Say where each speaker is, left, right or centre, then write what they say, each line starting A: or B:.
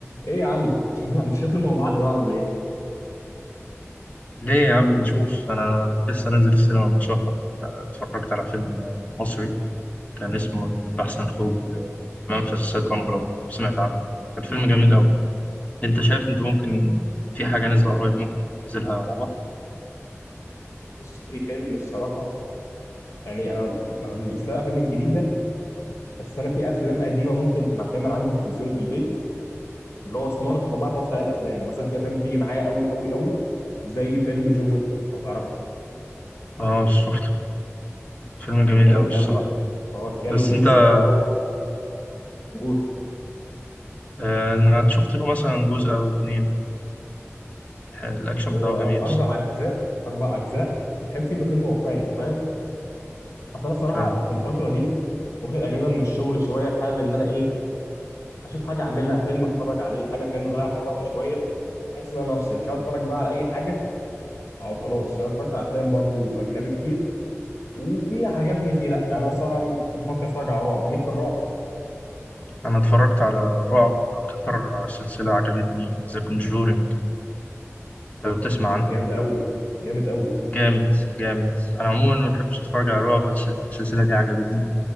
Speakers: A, on the left; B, on the left.
A: ايه يا عم مش هنروح- مش هنشوف فيلم مع بعض بقى ولا ايه
B: ليه يا عم نشوف أنا لسه نازل السينما من شهر آه، اتفرجت على فيلم آه، مصري كان اسمه البحث عن خروج ل- منفذ السيد رامبو لو سمعت عنه كان فيلم جميل أوي أنت شايف أنت ممكن في حاجة نازلة قريب ممكن ننزلها مع بعض؟
A: بص في فيلم الصراحه يعني انا م- مش فاهم الافلام الجديده بس انا في افلام قديمه ممكن انا فاهم انا عندي تلفزيون في البيت واللي هو سمارت فبعرف اوصل عليه الافلام مثلا في افلام بتيجي معايا قوي قوي قوي زي فيلم جون ويك لو تعرفه
B: آه شفته فيلم جميل
A: جامد
B: أوي الصراحة
A: قوي اه كيانو
B: بس
A: ريفز
B: أنت آه
A: بقى و... و...
B: آه، أنا شفت له مثلا جزء أو اتنين الأكشن
A: هو
B: بتاعه
A: آه،
B: جميل
A: اربع
B: الصراحة
A: اجزاء اربع اجزاء بحب فيه انه فيلم واقعي انت فاهم اصل انا الصراحه
B: فاهم
A: الفتره دي واخد اجازه من الشغل شويه حابب ان انا ايه اشوف حاجه اعملها فيلم اتفرج عليه حاجه فاهم اضيع فيها وقت شويه بحيث ان انا افصل مش هقعد اتفرج بقى على اي حاجه او خلاص انا اتفرجت على افلام برضو اجنبي كتير وفي عجبني فيه لا انا صراحه بفكر اتفرج على رعب ليك في الرعب
B: أنا اتفرجت على رعب أكتر سلسلة عجبتني ذا كونجورينج لو
A: بس-
B: تسمع عنها
A: جامد قوي جامد قوي
B: جامد جامد انا عموما ما بحبش اتفرج على رعب بس السلسله دي عجبتني